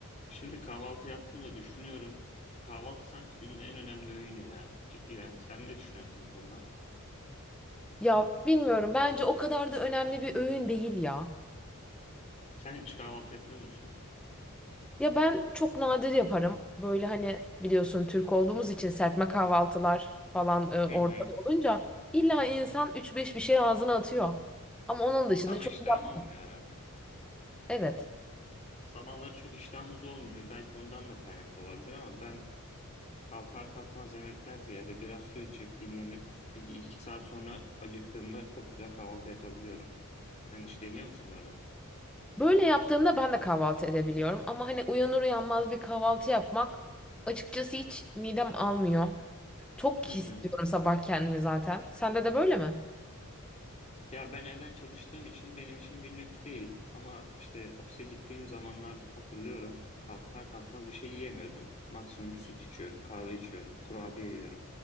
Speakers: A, on the left; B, in the centre.
A: Şimdi kahvaltı yaptım da düşünüyorum. Kahvaltı sanki günün en önemli öğünü ya. C- İrem, sen ne düşünüyorsun bu konuda?
B: Ya bilmiyorum bence o kadar da önemli bir öğün değil ya.
A: Sen hiç kahvaltı yapıyor musun?
B: Ya ben çok nadir yaparım. Böyle hani biliyorsun Türk olduğumuz için serpme kahvaltılar falan e, ortada
A: Hı hı.
B: olunca illa insan üç beş bir şey ağzına atıyor. Ama onun dışında
A: Ama
B: çok
A: iştahın
B: yapmam.
A: olmuyor herhalde.
B: Evet.
A: Sabahları çok iştahımız olmuyor. Belki ondan da kaynaklı olabilir ama ben kalkar kalkmaz yemekten ziyade biraz su içip dinlenip bir iki saat sonra acıktığımda çok güzel kahvaltı yapabiliyorum. Sen hiç deniyor musun böyle?
B: Böyle yaptığımda ben de kahvaltı edebiliyorum ama hani uyanır uyanmaz bir kahvaltı yapmak açıkçası hiç midem almıyor. Çok hissediyorum
A: Hı hı.
B: sabah kendimi zaten. Sende de böyle mi?
A: Ya ben evden çalıştığım için benim için bir lüks değil ama işte ofise gittiğim zamanlar hatırlıyorum kalkar kalkmaz bir şey yiyemiyordum. Maksimum süt içiyorum, kahve içiyorum, kurabiye yiyorum.